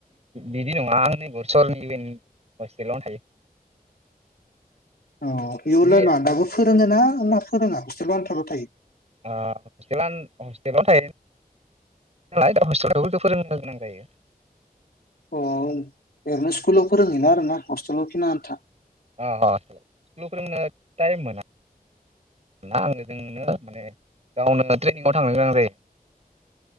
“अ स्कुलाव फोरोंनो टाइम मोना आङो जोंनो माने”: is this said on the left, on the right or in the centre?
Right